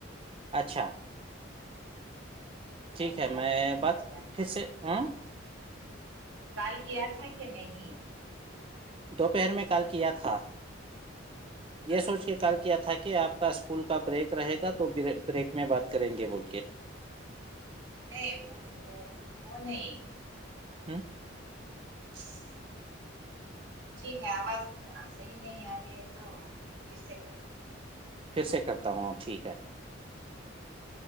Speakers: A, on the right; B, on the right.
A: اچھا
B: <inaudible>
A: ٹھیک ہے
B: کیا
A: میں
B: تھا کہ نہیں
A: بات
B: کیا تھا
A: پھر سے ہاں
B: کال کیا تھا کہ نہیں
A: دوپہر میں کال کیا تھا
B: ہاں
A: یہ سوچ کے کال کیا تھا کہ آپ کا اسکول کا بریک رہے گا تو بریک میں بات کریں گے بول کے
B: نہیں وہ وہ وہ نہیں
A: ہ
B: <inaudible> ٹھیک ہے آواز صحیح نہیں آ رہی ہے تو پھر سے کر لو
A: پھر سے کرتا ہوں ٹھیک ہے
B: جییک